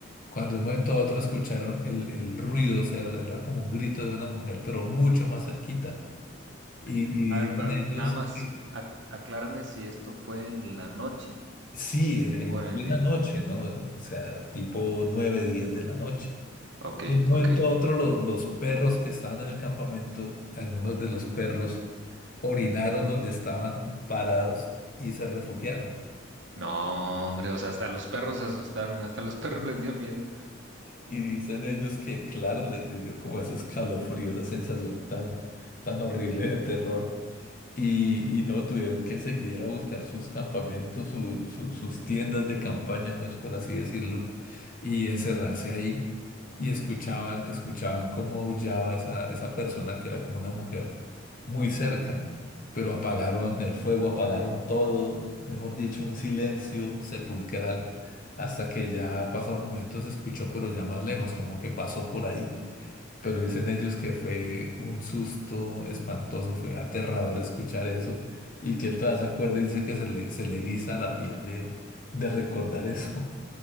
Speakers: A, on the left; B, on the right.
A: Cuando de un momento a otro escucharon el, el ruido, o sea, era como un grito de una mujer, pero mucho más cerquita.
B: ok.
A: Y,
B: A ver,
A: y dicen
B: pero
A: ellos
B: nada más
A: que
B: ac- aclárame si esto fue en la noche
A: sí, en, en
B: o en
A: plena
B: el día.
A: noche, ¿no? O sea, tipo 9 10 de la noche.
B: Ok,
A: Y de un momento
B: ok.
A: a otro los, los perros que estaban en el campamento, algunos de los perros orinaron donde estaban parados y se refugiaron.
B: No, hombre, o sea, hasta los perros se asustaron, hasta los <laughs> perros les dio miedo.
A: Y dicen ellos que, claro, les dio como ese escalofrío, esa sensación tan, tan horrible de terror. Y, y no tuvieron que seguir a buscar sus campamentos, su- su- sus tiendas de campaña, pues por así decirlo, y encerrarse ahí. Y escuchaban, escuchaban cómo aullaba esa, esa persona que era como una mujer muy cerca, pero apagaron el fuego, apagaron todo, mejor dicho, un silencio sepulcral, hasta que ya pasado un momento se escuchó, pero ya más lejos, como que pasó por ahí pero dicen ellos que fue un susto espantoso, fue aterrador escuchar eso y que él todavía se acuerda y dice que se le, se le eriza la piel de, de recordar eso.